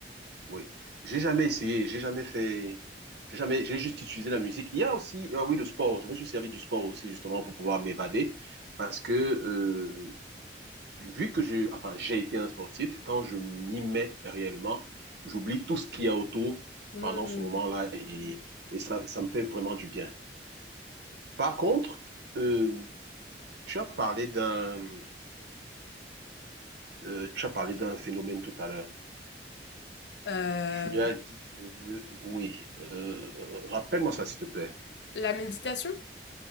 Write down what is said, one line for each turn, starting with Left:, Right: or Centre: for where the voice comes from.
Right: Oui, j'ai jamais essayé, j'ai jamais fait, j'ai jamais, j'ai juste utilisé la musique. Il y a aussi, euh, oui, le sport. Je me suis servi du sport aussi justement pour pouvoir m'évader parce que euh, vu que je, enfin, j'ai été un sportif, quand je m'y mets réellement, j'oublie tout ce qu'il y a autour
Left: Hmm.
Right: pendant ce moment-là et, et ça, ça me fait vraiment du bien. Par contre, euh, tu as parlé d'un, euh, tu as parlé d'un phénomène tout à l'heure.
Left: Euh,
Right: Tu as dit que, oui, euh, euh, rappelle-moi ça s'il te plaît.
Left: la méditation?